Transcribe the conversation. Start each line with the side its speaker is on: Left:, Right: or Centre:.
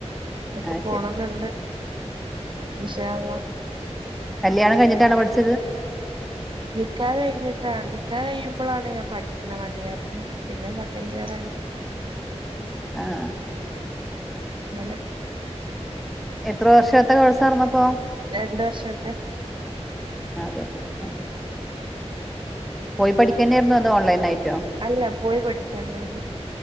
Right: ഇപ്പൊ
Centre: ആഹ്
Right: പോണന്നുണ്ട്
Centre: ശരി
Right: ഇന്ഷാ അല്ലാഹ്
Centre: കല്യാണം കഴിട്ടാണ് പഠിച്ചത്
Right: നിക്കാഹ് കഴിഞ്ഞിട്ടാണ്ട ക്ക കഴിയുമ്പോളാണ് ഞാൻ പഠിക്കണ വൺ ഇയറിൽ പിന്നെ സെക്കൻഡ് ഇയർ ആയി
Centre: ആഹ
Right: അല്ലെ
Centre: എത്ര വർഷാത്തെ കോഴ്സ ഇറന്നപ്പോ
Right: രണ്ട് വർഷത്തെെ
Centre: അതെ ഉ പോയി പഠിക്കാനന്നായിരുന്നു അത് ഓൺലൈൻായിട്ട്
Right: അല്ല പോയി പഠിക്കന്നല്ല